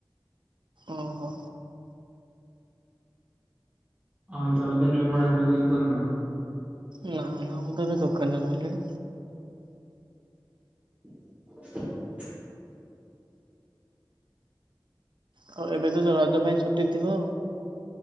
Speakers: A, on the right; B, on the right.
A: ଓହୋ।
B: ହଁ ଭାଇ ତମେ ତାନେ ଆଉ ପଢାପଡି ଆଉ କିଛି କରୁନ।
A: ନା ନା ମୁଁ ତ ଏଵେ ଦୋକାନରେ ରହିଲି।
B: <inaudible>
A: ଆଉ ଏବେ ତ ଯୋଉ ରଜ ପାଇଁ ଛୁଟି ଥିବ ଆଉ।